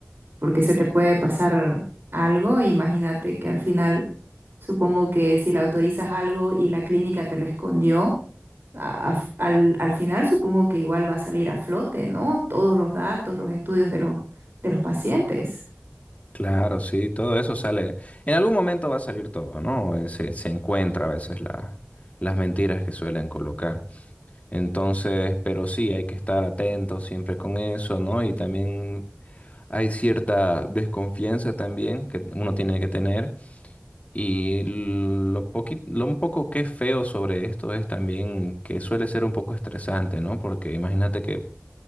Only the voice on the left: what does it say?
Claro, sí, todo eso sale. En algún momento va a salir todo, ¿no? Eh, Se, se encuentra a veces la- las mentiras que suelen colocar. Entonces, pero sí, hay que estar atentos siempre con eso, ¿no? Y también hay cierta desconfianza también que uno tiene que tener Y lo poqui- lo un poco que es feo sobre esto es también que suele ser un poco estresante, ¿no? Porque imagínate que